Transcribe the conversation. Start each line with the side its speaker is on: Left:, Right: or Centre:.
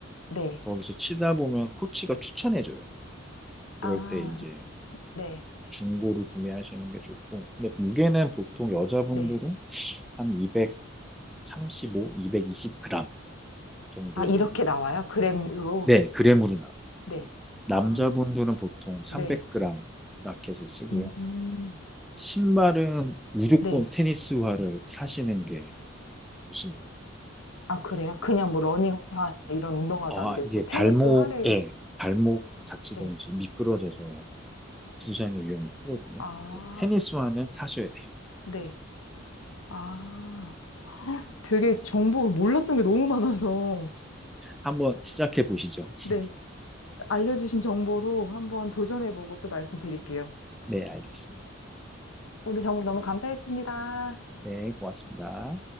Left: 네.
Centre: 거기서 치다 보면 코치가 추천해줘요. 그럴
Left: 아,
Centre: 때 이제
Left: 네,
Centre: 중고로 구매하시는 게 좋고 근데 무게는 보통 여자분들은
Left: 네.
Centre: 한 235, 220g 정도를
Left: 아, 이렇게 나와요? 그램으로?
Centre: 네, 그램으로 나와요.
Left: 네.
Centre: 남자분들은
Left: 아,
Centre: 보통 300g
Left: 네.
Centre: 라켓을 쓰고요.
Left: 음.
Centre: 신발은 무조건
Left: 네.
Centre: 테니스화를 사시는 게 좋습니다.
Left: 아, 그래요? 그냥 뭐 러닝화 이런 운동화도
Centre: 아,
Left: 안 되고
Centre: 이게
Left: 테니스
Centre: 발목에,
Left: 화를
Centre: 발목 다치든지
Left: 네.
Centre: 미끄러져서 부상의 위험이 크거든요.
Left: 아,
Centre: 그래서 테니스화는 사셔야 돼요.
Left: 네. 아. 되게 정보를 몰랐던 게 너무 많아서,
Centre: 한번 시작해 보시죠. <laughs>
Left: 네. 알려주신 정보로 한번 도전해보고 또 말씀드릴게요.
Centre: 네, 알겠습니다.
Left: 오늘 정보 너무 감사했습니다.
Centre: 네, 고맙습니다.